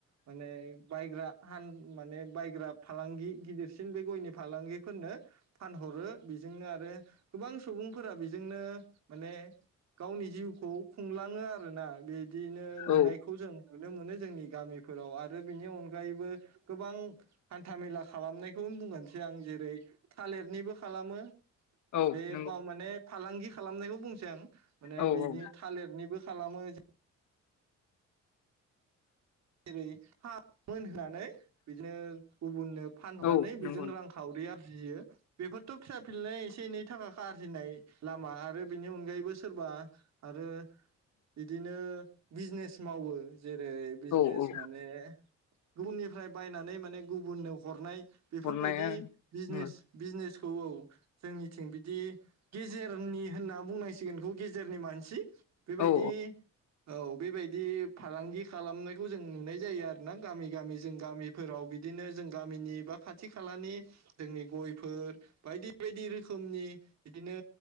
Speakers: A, on the right; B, on the left.
A: माने बायग्रा हान माने बायग्रा फालांगि गिदिरसिन बे गयनि फालांगिफोरनो फानहरो बेजोंनो आरो गोबां सुबुंफोरा बेजोंनो माने गावनि जिउखौ खुंलाङो आरोना बे बिदिनो नुनायखौ
B: औ
A: जों नुनो मोनो जोंनि गामिफोराव आरो बिनि अनगायैबो गोबां हान्था मेला खालामनाय <unintelligible> सिगां जेरै थालिरनिबो खालामो
B: औ
A: बे
B: नंगौ
A: बा माने फालांगि खालामनायखौ बुंसै आं माने
B: औ
A: बिनि
B: औ
A: थालिरनिबो खालामो जों जेरै हाब मोनहोना नै बिदिनो गुबुननो फानहरनानै
B: औ
A: बेजों
B: नंगौ
A: रां खावरि आर जियो बेफोरथ' फिसा फिलनाय एसे एनै थाखा आ आरजिनाय लामा आरो बेनि अनगायैबो सोरबा आरो बिदिनो बिजनेस मावो जेरै बिजनेस
B: औ औ
A: माने गुबुननिफ्राय बायनानै माने गुबुननो हरनाय बेफोरबायदि
B: हरनाया औ
A: बिजनेस बिजनेस औ औ जोंनिथिं बिदि गेजेरनि होनना बुंनांसिगोनखौ गेजेरनि मानसि बेबायदि
B: औ
A: औ बेबायदि फालांगि खालामनाय खौ जों नुनाय जायो आरो ना। गामि गामि जों गामिफोराव बिदिनो जों गामिनि बा खाथि खालानि जोंनि गयफोर बायदि बायदि रो रोखनि बिदिनो